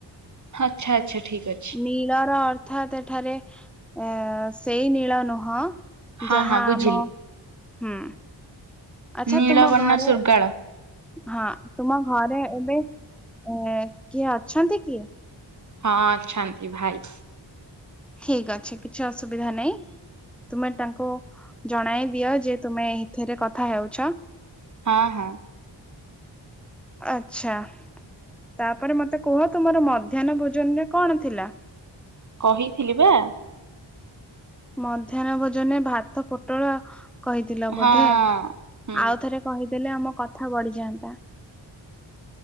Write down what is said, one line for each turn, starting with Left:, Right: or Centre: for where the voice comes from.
Right: ଆଚ୍ଛ ଆଛା ଠିକ୍ ଅଛି।
Centre: ନୀଳର ଅର୍ଥ ସେଠାରେ ଏ ସେଇ ନୀଳ ନୁହେଁ।
Right: ହଁ
Centre: ଯାହା
Right: ହଁ ବୁଝିଲି
Centre: ଆମ ହୁଁ ଆଛା
Right: ନୀଳବର୍ଣ୍ଣ
Centre: ତୁମ ଘରେ
Right: ଶୃଗାଳ
Centre: ହଁ ତୁମ ଘରେ ଏବେ ଏ କିଏ ଅଛନ୍ତି କି?
Right: ହଁ ଅଛନ୍ତି ଭାଇ।
Centre: ଠିକ ଅଛି କିଛି ଅସୁବିଧା ନାଇଁ ତୁମେ ତାଙ୍କୁ। ଜଣାଇ ଦିଅ ଯେ ତୁମେ ଏହିଥିରେ କଥା ହେଉଛ।
Right: ହଁ ହଁ।
Centre: ଆଛା ତାପରେ ମତେ କୁହ ତୁମର ମଧ୍ୟାହ୍ନ ଭୋଜନ ରେ କଣ ଥିଲା?
Right: କହିଥିଲି ବା!
Centre: ମଧ୍ୟାହ୍ନ ଭୋଜନେ ଭାତ ପୋଟଳ କହିଥିଲ ବୋଧେ।
Right: ହଁ ହୁଁ
Centre: ଆଉ ଥରେ କହିଦେଲେ ଆମ କଥା ବଢିଯାଆନ୍ତା।